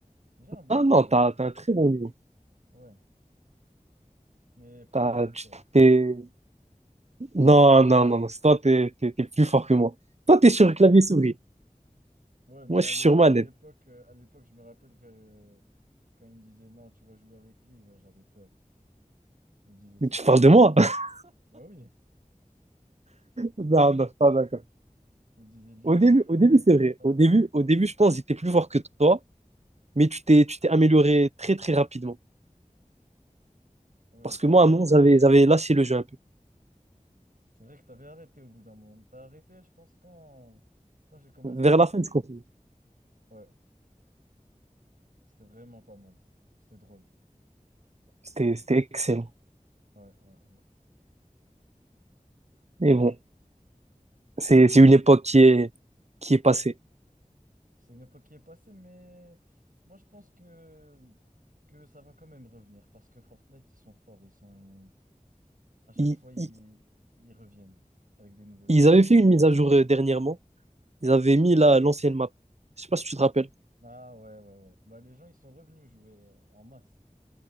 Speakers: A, on the right; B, on the right.
A: J'ai un bon
B: Ah
A: petit
B: non,
A: niveau,
B: t'as as, un très bon niveau.
A: ouais, mais pas
B: T'as-
A: autant que
B: tu
A: toi.
B: t'es- Non, non, non, non. c'est Toi, t'es, t'es, t'es plus fort que moi. Toi, t'es sur clavier souris.
A: Ouais, mais
B: Moi,
A: à
B: je suis
A: l'époque,
B: sur manette.
A: à l'époque, euh, à l'époque, je me rappelle que quand il me disait non, tu vas jouer avec lui, moi j'avais peur. Je me disais, c'est
B: Mais tu
A: sûr.
B: parles de
A: il
B: moi? <laughs>
A: Bah oui,
B: Non, non, je suis pas d'accord.
A: je me disais, lui,
B: Au
A: il
B: début,
A: joue à Fortnite
B: au début, c'est
A: tout
B: vrai.
A: le temps.
B: Au début, au début, je pense que j'étais plus fort que toi, mais tu t'es, tu t'es amélioré très, très rapidement.
A: Ouais,
B: Parce
A: c'est
B: que moi,
A: vrai.
B: à un moment, j'avais, j'avais lâché le jeu un peu.
A: C'est vrai que tu avais arrêté au bout d'un moment. T'as arrêté, je pense, quand, quand j'ai commencé
B: Vers
A: à beaucoup
B: la fin,
A: jouer.
B: je comprenais.
A: Ouais, c'était vraiment pas mal. C'était drôle.
B: C'était, c'était excellent.
A: Ouais, ouais, ouais.
B: Mais bon, c'est, c'est une époque qui est, qui est passée.
A: C'est une époque qui est passée, mais moi, je pense que, que ça va quand même revenir parce que Fortnite, ils sont forts. Ils sont... À chaque
B: Il,
A: fois, ils,
B: il-
A: ils reviennent avec des nouveaux
B: Ils
A: trucs.
B: avaient fait une mise à jour euh, dernièrement. Ils avaient mis la, l'ancienne map. Je sais pas si tu te rappelles.
A: Ah ouais, ouais, ouais. Bah, les gens, ils sont revenus jouer euh, en masse.